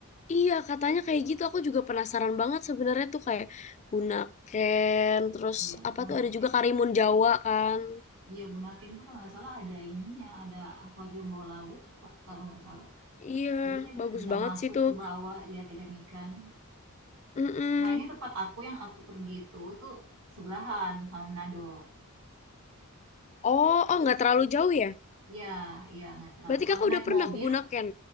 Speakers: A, on the left (about 30°); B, on the right (about 75°).
A: iya katanya kayak gitu. Aku juga penasaran banget sebenarnya tuh kayak Bunaken, terus
B: Ya,
A: apa
B: Bunaken.
A: tuh ada juga Karimun Jawa kan.
B: Iya, Bunaken tuh kalau nggak salah ada ininya, ada akuarium bawah laut, ka- kalau nggak salah.
A: Iya,
B: Jadi kita bi-
A: bagus
B: bisa
A: banget
B: masuk
A: sih tuh.
B: ke bawah lihat ikan-ikan.
A: Mm-mm.
B: Nah, ini tempat aku yang aku pergi itu, itu sebelahan sama Manado.
A: Oh, oh nggak terlalu jauh ya?
B: Iya, iya, nggak terlalu.
A: Berarti
B: Kalau
A: kakak
B: naik
A: udah pernah
B: mobil,
A: ke Bunaken?